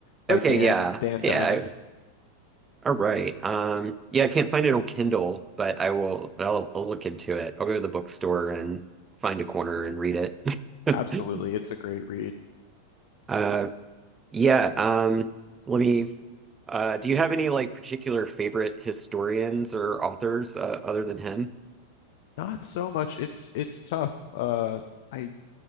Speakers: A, on the left (about 50°); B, on the right (about 20°).
A: by
B: Okay,
A: Dan
B: yeah,
A: Dan
B: yeah.
A: Diamond.
B: I- All right. Um, yeah, I can't find it on Kindle, but I will. I'll, I'll look into it. I'll go to the bookstore and find a corner and read it.
A: Absolutely,
B: <laughs>
A: it's a great read.
B: Uh, Yeah, um, let me. Uh, do you have any like particular favorite historians or authors uh, other than him?
A: Not so much. It's it's tough. Uh, I